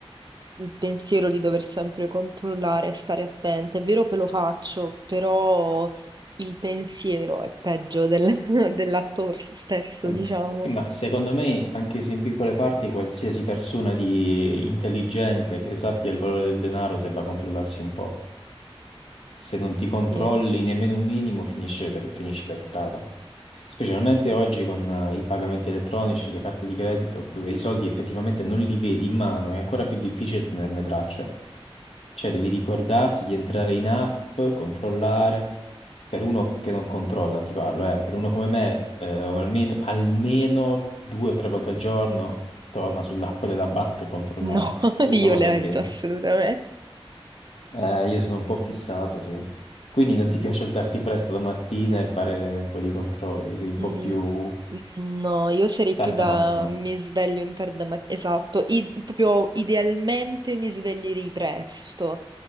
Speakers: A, on the right (about 45°); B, on the left (about 80°).
A: Il pensiero di dover sempre controllare e stare attenta. È vero che lo faccio, però il pensiero è peggio del- <laughs> dell'atto stesso,
B: Ehm,
A: diciamo.
B: sì, Ma secondo me, anche se in piccole parti, qualsiasi persona di intelligente che sappia il valore del denaro debba controllarsi un po'. se non ti controlli
A: Sì.
B: nemmeno un minimo, finisce per- finisci per strada. Specialmente oggi con eh, i pagamenti elettronici, le carte di credito, dove i soldi effettivamente non li vedi in mano, è ancora più difficile tenerne traccia. Cioè, devi ricordarti di entrare in app, controllare. Per uno che non controlla, ti parlo, eh, per uno come me, eh, almeno, almeno due o tre volte al giorno torna sull'app della banca a controllare
A: No, <laughs>
B: che tutto
A: io
B: vada
A: le
B: bene.
A: evito assolutamente.
B: Eh, io sono un po' fissato, sì. Quindi non ti piace alzarti presto la mattina e fare un po' di controlli, sì, un po'
A: Mm,
B: più
A: No, io sarei
B: tarda
A: più da
B: mattinata.
A: mi sveglio in tarda mattina, esatto, i- proprio idealmente mi sveglierei presto,